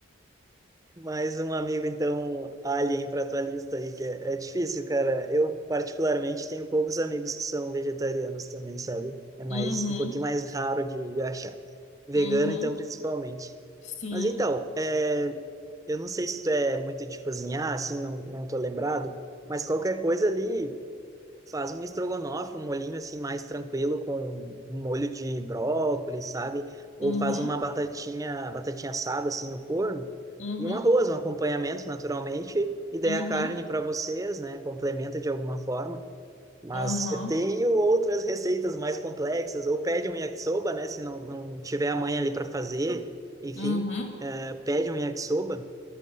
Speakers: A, on the right; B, on the left.
A: mais um amigo então alien para tua lista aí que é, é difícil, cara. Eu particularmente tenho poucos amigos que são vegetarianos também, sabe? É mais
B: Uhum,
A: um pouquinho mais raro de, de achar. Vegano
B: uhum,
A: então principalmente.
B: sim,
A: Mas então, é, eu não sei se tu é muito de cozinhar, assim, não, não tô lembrado, mas qualquer coisa ali faz um estrogonofe, um molhinho assim mais tranquilo com um molho de brócolis, sabe? Ou
B: uhum,
A: faz uma batatinha, batatinha assada assim no forno
B: uhum.
A: e um arroz, um acompanhamento naturalmente, e daí
B: Uhum,
A: a carne para vocês, né? Complementa de alguma forma. Mas
B: uhum,
A: eu tenho outras receitas mais complexas, ou pede um yakisoba, né? Se não, não tiver a mãe ali para fazer, enfim,
B: uhum,
A: eh, pede um yakisoba.